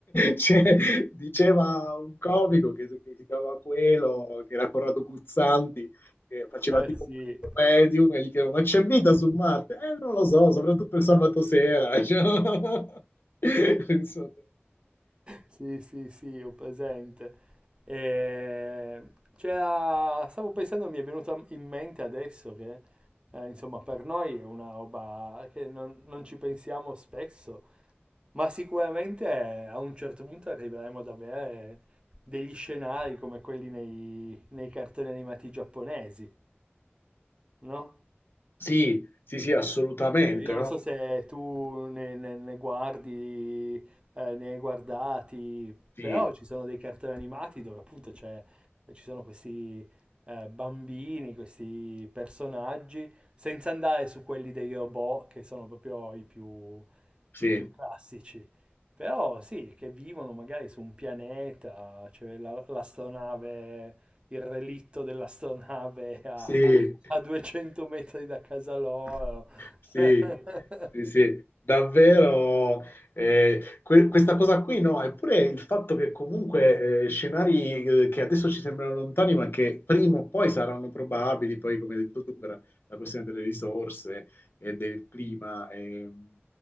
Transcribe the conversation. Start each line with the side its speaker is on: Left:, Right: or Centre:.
Left: C'è- diceva un comico che, si che si chiamava Quello, che era Corrado Guzzanti, che faceva
Right: Eh
Left: tipo
Right: sì,
Left: questo medium e gli chiedeva, ma c'è vita su Marte? Eh, non lo so, soprattutto il sabato sera. <laughs> Cioè, <laughs> Insomma,
Right: Sì, sì, sì, ho presente. E c'era- Stavo pensando, mi è venuta in mente adesso che, eh, insomma, per noi è una roba che non, non ci pensiamo spesso, ma sicuramente a un certo punto arriveremo ad avere degli scenari come quelli nei, nei cartoni animati giapponesi, no?
Left: Sì, sì, sì, assolutamente,
Right: Vito, io non
Left: no?
Right: so se tu ne, ne- ne guardi, eh, ne hai guardati,
Left: Sì,
Right: però ci sono dei cartoni animati dove appunto c'è- ci sono questi eh, bambini, questi personaggi, senza andare su quelli dei robot che sono proprio i più,
Left: sì,
Right: i più classici. Però sì, che vivono magari su un pianeta, c'è la- l'astronave il relitto dell'astronave a,
Left: sì.
Right: a 200 metri da casa loro.
Left: Sì,
Right: <laughs>
Left: sì, sì, davvero. eh, que- questa cosa qui no, eppure il fatto che comunque eh, scenari eh, che adesso ci sembrano lontani, ma che prima o poi saranno probabili, poi come hai detto tu, per la questione delle risorse e del clima, ehm,